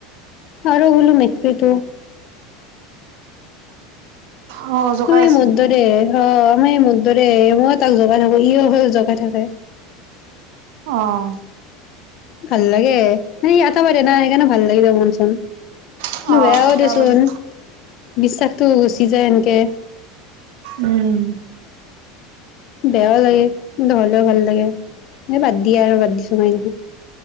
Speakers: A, on the left (about 40°); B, on the right (about 60°).
A: আৰু বলো মেক্ৰীটো
B: অ জোকাই
A: আমাৰ এই
B: আছে
A: মোৰ দৰে অ আমাৰ ই মোৰ দৰে ময় তাক জগাই থাকো ই হৈ জগাই থাকে
B: অহ
A: ভাল লাগে মানে আটাবাৰ না সেইকাৰণে ভাল লাগি য মনচোন। কিন্তু
B: অ
A: বেয়াও
B: তাৰ
A: দেচোন
B: মানে
A: বিশ্বাসটো গুচি যায় এনকে
B: উম
A: বেয়াও লাগে কিন্ত হলেও ভাল লাগে এ বাদ দিয়া আৰু বাদ দিছো মই